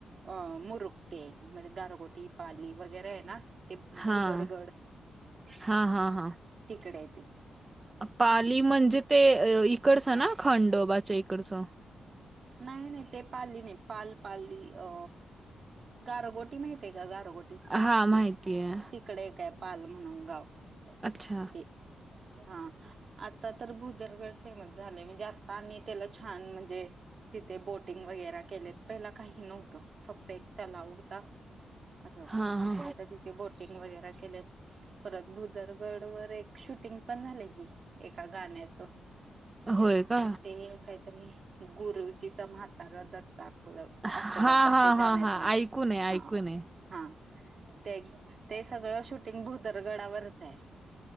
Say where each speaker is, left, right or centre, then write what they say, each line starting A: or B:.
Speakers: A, on the right (about 55°); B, on the right (about 25°).
A: अ मुरुकटे म्हणजे गारगोटी, पाली वगैरे आहे ना ते
B: हा
A: भुदरगड
B: हा हा हा.
A: तिकडे हाय तेे.
B: पाली म्हणजे ते इकडचं ना? खंडोबाच्या इकडचं.
A: नाही नाही ते पाली नाही पाल पाली अ गारगोटी माहित हाय का गारगोटी ते
B: हा माहितीय
A: तिकडे एक हाय पाल म्हणून गाव.
B: अच्छा.
A: ते हा आता तर भुदरगड फेमस झालय म्हणजे आता आणि त्याला छान म्हणजे तिथे बोटिंग वगैरा केल्यात, पहिला काही नव्हतं, फक्त एक तलाव होता आसं.
B: हा हा
A: आता तिथे बोटिंग वगैरे केलेत. परत भूदरगड वर एक शूटिंग पण झालंय की, एका गाण्याच आ
B: होय का?
A: ते न कायतरी गुरुजीचा म्हातारा दत्ता खूलं
B: हा
A: पा आसं काय तर,
B: हा
A: ते गाणं
B: हा हा
A: पुन्हा
B: ऐकून आहे ऐकून आहे.
A: हा ते ते सगळं शूटिंग भूदरगडावरच हाय.